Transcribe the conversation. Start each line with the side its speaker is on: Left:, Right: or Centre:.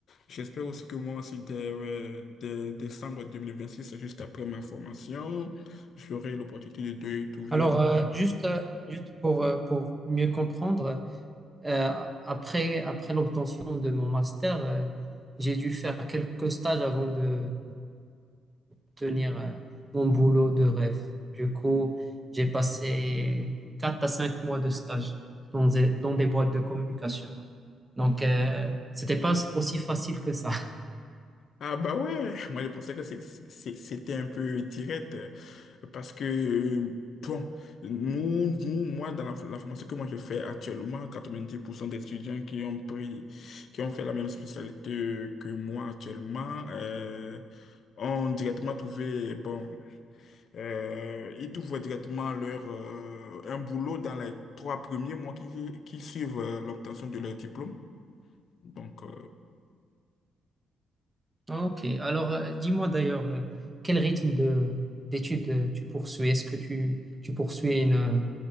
Left: J'espère aussi que moi aussi, dès, euh, dès décembre 2026 juste après ma formation, j'aurai l'opportunité de, de trouver
Right: Alors, euh, juste, euh, juste pour, euh, pour mieux comprendre, euh, après, après l'obtention de mon master, euh, j'ai dû faire quelques stages avant de, d'obtenir, euh, mon boulot de rêve. Du coup, j'ai passé 4 à 5 mois de stage dans des, dans des boîtes de communication. Donc, euh, c'était pas aussi facile que ça.
Left: Ah bah ouais, moi je pensais que c'est- c'est- c'était un peu direct euh, parce que, euh, bon, nous, nous, moi, dans la, la formation que moi je fais actuellement, 90% des étudiants qui ont pris, qui ont fait la même spécialité que moi actuellement, euh, ont directement trouvé, bon, euh, ils trouvent directement leur, euh, un boulot dans les trois premiers mois qui, qui suivent euh, l'obtention de leur diplôme. Donc, euh,
Right: Ok, alors euh, dis-moi d'ailleurs, euh, quel rythme de d'études euh, tu poursuis? Est-ce que tu, tu poursuis une,